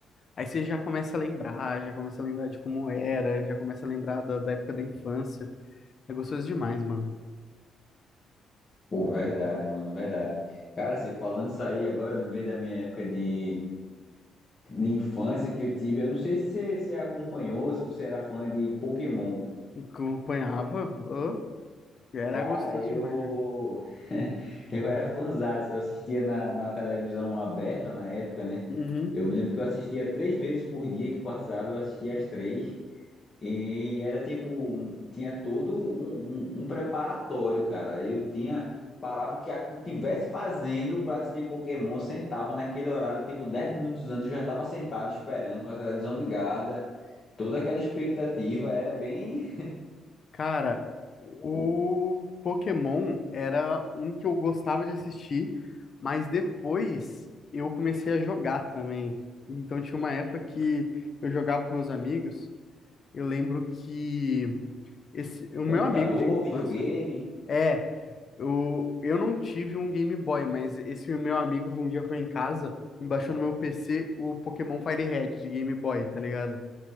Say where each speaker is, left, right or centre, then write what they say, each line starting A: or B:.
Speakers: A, on the left (about 45°); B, on the left (about 30°).
A: Aí você já começa a lembrar, já começa a lembrar de como era, já começa a lembrar da, da época da infância. É gostoso demais, mano.
B: Pô, verdade, mano, verdade. Cara, você falando isso aí, agora eu lembrei da minha época de, de infância que eu tive. Eu não sei se você, você acompanhou, se você era fã de Pokémon.
A: Acompanhava, ô, era
B: Cara,
A: gostoso
B: eu
A: demais jogar.
B: <laughs> eu era fãzaço, eu assistia na, na televisão aberta na época, né?
A: Uhum.
B: Eu me lembro que eu assistia três vezes por dia que passava, eu assistia as três. E era tipo, um- tinha todo um, um, um preparatório, cara. Eu tinha, parava o que a- tivesse fazendo pra assistir Pokémon, sentava naquele horário, tipo, 10 minutos antes eu já tava sentado esperando, com a televisão ligada. Toda aquela expectativa era bem
A: Cara, o Pokémon era um que eu gostava de assistir, mas depois eu comecei a jogar também. Então tinha uma época que eu jogava com meus amigos. Eu lembro que esse, o
B: computador,
A: meu amigo de infância,
B: videogame.
A: É, eu, eu não tive um Game Boy, mas esse meu amigo um dia foi em casa e baixou no meu PC o Pokémon FireRed de Game Boy, tá ligado?